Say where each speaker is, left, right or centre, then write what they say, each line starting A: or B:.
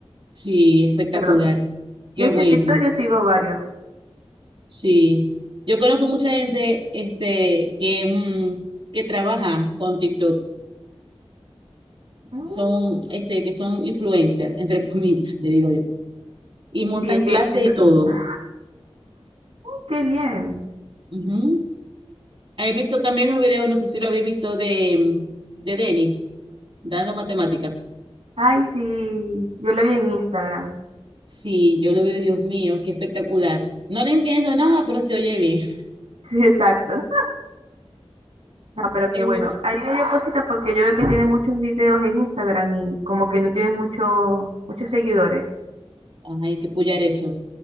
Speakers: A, on the right (about 55°); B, on the right (about 80°).
A: Sí, espectacular.
B: Perdón.
A: Qué
B: De
A: bueno.
B: hecho, en TikTok yo sigo varios.
A: Sí, yo conozco mucha gente este, que, mm, que trabaja con TikTok,
B: Mm,
A: son, este, que son influencers, entre <laughs> comillas, le digo yo, y montan
B: Sí, es que,
A: clases
B: entre
A: y todo.
B: comillas. ¡Qué bien!
A: Ujú. He visto también los videos, no sé si lo habéis visto, de, mm, de Denis, dando matemáticas.
B: Ay, sí. Yo lo vi en Instagram. <laughs>
A: Sí, yo lo veo, Dios mío, qué espectacular. No le entiendo nada, pero se oye bien. <laughs>
B: Sí, exacto. No, pero
A: Es
B: qué bueno.
A: muy cómico.
B: A mí me dio cosita porque yo veo que tiene muchos videos en Instagram y como que no tiene mucho, muchos seguidores.
A: Ay, que puyar eso.